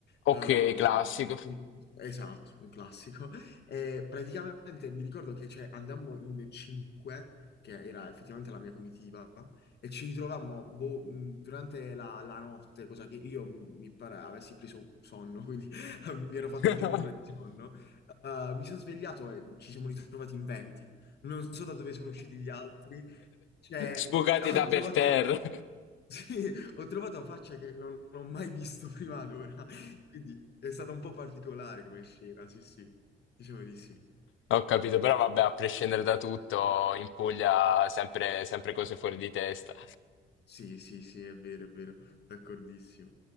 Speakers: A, on the left; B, on the left.
A: Ehm,
B: Ok, classico.
A: sì, esatto, un classico. E praticamente mi ricordo che cioè, andammo in cinque, che era effettivamente la mia comitiva, e ci ritrovammo boh, mh, durante la, la notte, cosa che io mh, mi pare avessi preso sonno, quindi <laughs> mi ero fatto
B: <laughs>
A: già un'ora di sonno. Eh, mi sono svegliato e ci siamo ritrovati in 20. Non so da dove sono usciti gli altri. Cioè,
B: Sbucati
A: ho
B: da
A: trovato,
B: per terra.
A: <laughs> sì, ho trovato facce che non ho mai visto prima ad ora. Quindi è stata un po' particolare come scena, sì, sì. Diciamo di sì.
B: Ho capito, però vabbè, a prescindere da tutto, in Puglia sempre sempre cose fuori di testa.
A: Sì, sì, sì, è vero, è vero. D'accordissimo.